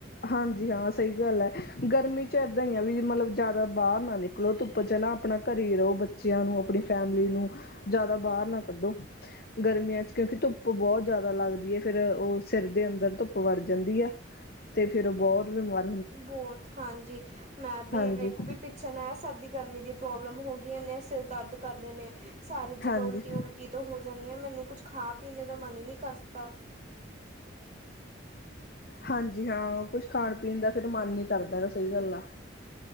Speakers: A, on the left; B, on the right.
A: ਹਾਂਜੀ ਹਾਂ, ਸਹੀ ਗੱਲ ਹੈ। ਗਰਮੀ ਚ ਏਦਾਂ ਹੀ ਆ ਵੀ ਮਤਲਬ ਜ਼ਿਆਦਾ ਬਾਹਰ ਨਾ ਨਿਕ ਮਤਲਬ ਧੁੱਪ ਚ ਨਾ ਆਪਣਾ ਘਰ ਰਹੋ। ਬੱਚਿਆਂ ਨੂੰ ਆਪਣੀ ਫੈਮਿਲੀ ਨੂੰ ਜ਼ਿਆਦਾ ਬਾਹਰ ਨਾ ਕੱਢੋ। ਗਰਮੀਆਂ ਚ ਕਿਉਂਕਿ ਧੁੱਪ ਬਹੁਤ ਜ਼ਿਆਦਾ ਲੱਗਦੀ ਹੈ। ਫੇਰ ਉਹ ਸਿਰ ਦੇ ਅੰਦਰ ਧੁੱਪ ਵੜ ਜਾਂਦੀ ਆ। ਤੇ ਫੇਰ ਉਹ ਬਹੁਤ ਬਿਮਾਰੀ
B: ਬਹੁਤ ਹਾਂਜੀ, ਮੈਂ ਵੀ
A: ਹਾਂਜੀ
B: ਵੇਖੋ ਪਿੱਛੇ ਆ ਸਰਦੀ ਗਰਮੀ ਦੀ ਪ੍ਰੋਬਲਮ ਹੋ ਗਈਆਂ ਨੇ। ਸਿਰ ਦਰਦ ਕਰਦੇ ਨੇ। ਸਾਰੇ ਜ੍ਗਾ
A: ਹਾਂਜੀ
B: ਉਲਟੀ ਉਲਟੀ ਟੀ ਤੋਂ ਹੋ ਜਾਂਣੀ ਆ ਮੈਨੂੰ ਕੁੱਝ ਖਾ ਪੀਣੇ ਦਾ ਮਨ ਹੀ ਨਹੀਂ ਕਰਦਾ।
A: ਹਾਂਜੀ ਹਾਂ, ਕੁਛ ਖਾਣ ਪੀਣ ਦਾ ਫਿਰ ਮਨ ਨਹੀਂ ਕਰਦਾ। ਸਹੀ ਗੱਲ ਆ।